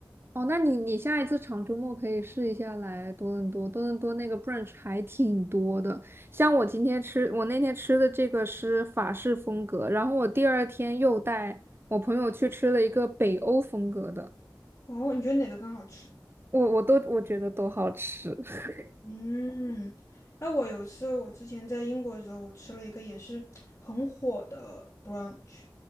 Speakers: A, on the right; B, on the left.
A: 哦，那你你下一次长周末可以试一下来多伦多，多伦多那个 brunch 还挺多的。像我今天吃，我那天吃的这个是法式风格，然后我第二天又带我朋友去吃了一个北欧风格的。
B: 哦，你觉得哪个更好吃？
A: 我我都我觉得都好吃。<laughs>
B: 嗯，那我有一次，我之前在英国的时候，我吃了一个也是很火的 brunch，